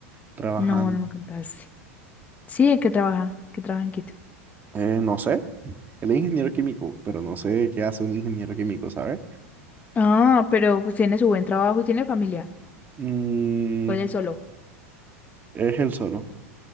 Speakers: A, on the right; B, on the left.
A: trabajando.
B: No, no me contaste. Sí, ¿en qué trabaja? ¿Qué trabaja en Quito?
A: Eh, no sé, él es ingeniero químico, pero no sé qué hace un ingeniero químico, ¿sabes?
B: Ah, pero pues tiene su buen trabajo y tiene familia.
A: Mm,
B: ¿O él es solo?
A: es él solo.